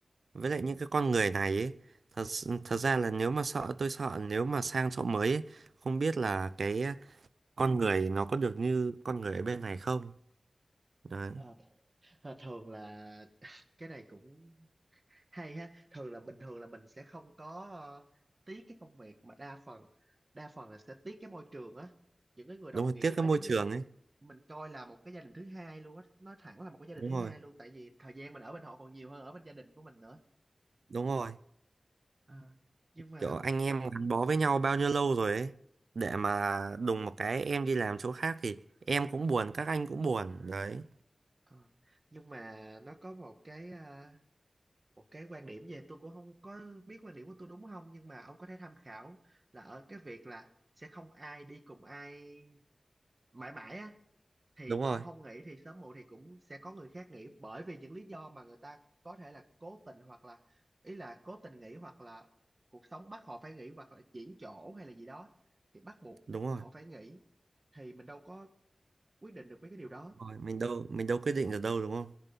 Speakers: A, on the right; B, on the right.
A: với lại những cái con người này ấy thật s- thật ra là nếu mà sợ tôi sợ nếu mà sang chỗ mới ấy, không biết là cái con người nó có được như con người ở bên này không đấy
B: Ờ, th- thường là <laughs> cái này cũng hay ha thường là bình thường là mình sẽ không có ờ, tiếc cái công việc mà đa phần đa phần là sẽ tiếc cái môi trường á những cái người đồng
A: đúng rồi
B: nghiệp
A: tiếc
B: mà
A: cái
B: giống
A: môi trường
B: như mình
A: ấy
B: mình coi là một cái gia đình thứ hai luôn á nói thẳng là một cái gia
A: đúng
B: đình thứ
A: rồi
B: hai luôn tại vì thời gian mình ở bên họ còn nhiều hơn ở bên gia đình của mình nữa
A: đúng rồi
B: Ờ, nhưng mà
A: kiểu anh em gắn bó với nhau bao nhiêu lâu rồi ấy để mà đùng một cái em đi làm chỗ khác thì em cũng buồn các anh cũng buồn đấy
B: ờ, nhưng mà nó có một cái à, một cái quan điểm về tôi cũng không có biết quan điểm của tôi đúng không nhưng mà ông có thể tham khảo là ở cái việc là sẽ không ai đi cùng ai mãi mãi á thì
A: đúng rồi
B: ông không nghỉ thì sớm muộn thì cũng sẽ có người khác nghỉ bởi vì những lý do mà người ta có thể là cố tình hoặc là ý là cố tình nghỉ hoặc là cuộc sống bắt họ phải nghỉ hoặc là chuyển chỗ hay là gì đó thì bắt buộc
A: đúng rồi
B: họ phải nghỉ thì mình đâu có quyết định được mấy cái điều đó
A: rồi mình đâu mình đâu quyết định được đâu đúng không